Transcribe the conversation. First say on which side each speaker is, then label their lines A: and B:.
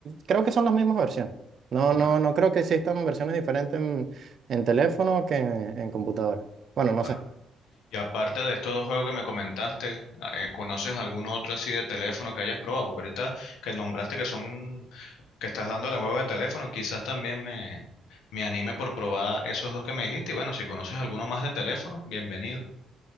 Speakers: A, on the right (about 55°); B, on the left (about 85°).
A: creo que son las mismas versiones. No,
B: Va-
A: no, no creo que existan versiones diferentes en, en teléfono que en, en computadora. Bueno, no
B: va.
A: sé.
B: Y aparte de estos dos juegos que me comentaste, ah, eh, ¿conoces algún otro así de teléfono que hayas probado? Porque ahorita que nombraste que son que estás dándole al juego de teléfono, quizás también me, me anime por probar esos dos que me dijiste. Y bueno, si conoces alguno más de teléfono, bienvenido.